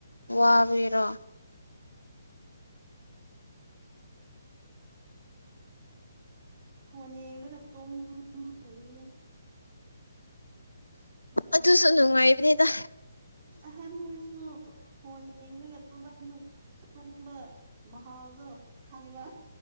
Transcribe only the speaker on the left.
ꯋꯥꯕꯒꯤꯔꯣ?
ꯑꯗꯨꯁꯨ ꯅꯨꯡꯉꯥꯏꯕꯅꯤꯗ